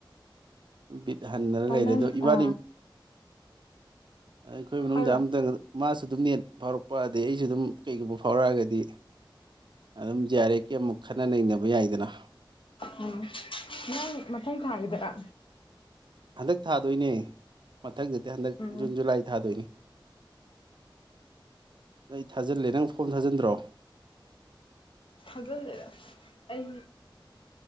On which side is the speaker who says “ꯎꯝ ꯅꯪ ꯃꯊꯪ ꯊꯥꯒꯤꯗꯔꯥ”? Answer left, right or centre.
Left